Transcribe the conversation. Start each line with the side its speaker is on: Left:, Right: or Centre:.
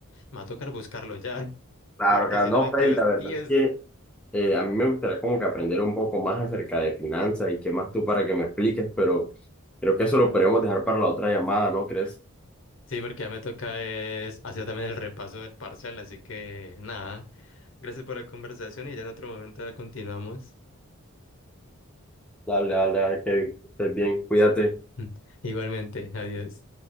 Left: me va a tocar buscarlo ya, <laughs>
Centre: Claro,
Left: porque
Centre: claro.
Left: si
Centre: No,
Left: no me
Centre: Freddy,
Left: quedo
Centre: la
Left: tieso.
Centre: verdad es que eh, a mí me gustaría como que aprender un poco más acerca de finanzas y qué más tú para que me expliques,
Left: Ujú.
Centre: pero creo que eso lo podemos dejar para la otra llamada, ¿no crees?
Left: Sí, porque ya me toca es hacer también el repaso del parcial, así que nada, gracias por la conversación y ya en otro momento la continuamos.
Centre: Dale, dale, dale, Kevin. que Estés bien, cuídate.
Left: <laughs> Igualmente, adiós.